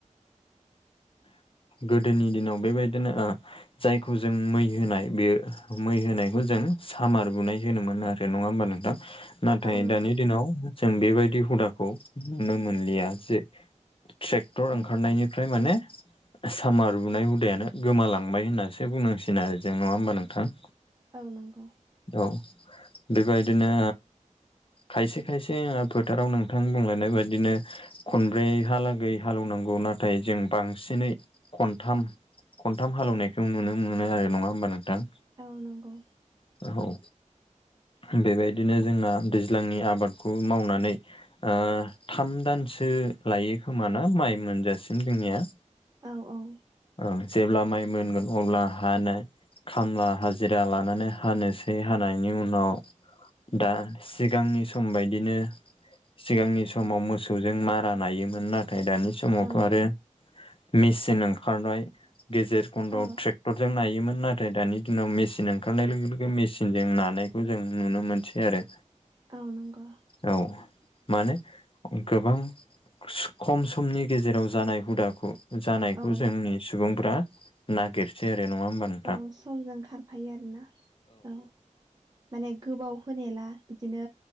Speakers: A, on the right; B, on the left.
A: <inaudible>
B: गोदोनि दिनाव बेबायदिनो ओ जायखौ जों मै होनाय बेयो मै होनायखौ जों सामार बुनाय होनोमोन आरो ओ नङा ओमबा नोंथां नाथाय
A: औ नंगौ
B: दानि दिनाव जों बेबायदि हुदाखौ नुनो मोनलिया जे ट्रेक्टर
A: औ
B: ओंखारनायनिफ्राय माने सामार हुनाय हुदायानो गोमालांबाय होननासो बुंनांसिगोन आरो जों नङा ओमबा नोंथां?
A: औ नंगौ
B: औ बेबायदिनो खायसे खायसे फोथाराव नोंथां बुंलायनाय बायदिनो खनब्रैहालागै हाल एवनांगौ नाथाय जों बांसिनै खनथाम खनथाम हाल एवनायखौ नुनो मोनो आरो नङा ओमबा नोंथां
A: औ नंगौ।
B: औ बेबायदिनो जोंना दैज्लांनि आबादखौ मावनानै ओ थाम दानसो लायो खोमाना माइ मोनजासिम जोंनिया
A: औ औ
B: ओं जेब्ला माइ मोनगोन अब्ला हानो खामला हाजिरा लानानै हानोसै हानायनि उनाव दा सिगांनि सम बायदिनो सिगांनि समाव मोसौजों मारा नायोमोन नाथाय दानि समाव
A: औ
B: थ' आरो मेचिन ओंखारनाय गेजेर खन्दआव
A: औ
B: ट्रेक टरजों नायोमोन नाथाय दानि दिनाव मेचिन ओंखारनाय लोगो लोगो मेसिनजों नानायखौ जों नुनो मोनसै आरो
A: औ नंग'
B: औ माने गोबां खम समनि गेजेराव जानाय हुदाखौ जानायखौ
A: औ
B: जोंनि सुबुंफ्रा नागिरसै आरो नङा ओमबा नों
A: औ समजों खारफायो आरोना औ माने गोबाव होनेला बिदिनो